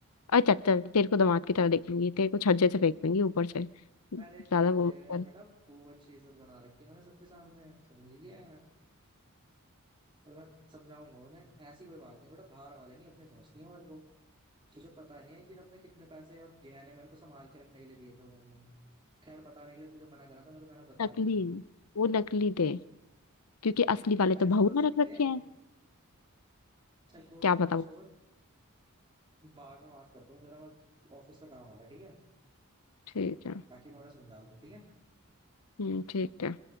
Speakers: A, on the left; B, on the right.
A: अरे चल चल तेरे को दामाद की तरह देखेंगी तेरे को छज्जे से फेंक देंगी ऊपर से ज्यादा
B: अरे चले
A: वो मत कर
B: बेटा खूब अच्छी इज्जत बना रखी है मैंने सबके सामने समझी गया और मैं समझाऊंगा उन्हें ऐसी कोई बात नहीं बेटा बाहर वाले नहीं अपने समझती हो मेरे को तुझे पता नहीं है एक दिन अपने कितने पैसे और गहने मेरे को संभाल के रखने के लिए दिए थे उन्होंने खैर बताने के लिए तुझे मना करा था मेरे को मैंने बता
A: नकली
B: दिया
A: वो नकली थे क्योंकि
B: <laughs>
A: असली
B: अब
A: वाले
B: पैसे
A: तो बहू
B: तो असली
A: ने रख रखे
B: थे
A: हैं
B: चल कोई
A: क्या
B: नहीं
A: पता
B: छोड़ बाद में बात करता हूँ जरा मैं ऑफिस का काम आ रहा है ठीक है
A: ठीक है
B: बाकी मैं उन्हें समझा दूँ ठीक है
A: हम्म ठीक है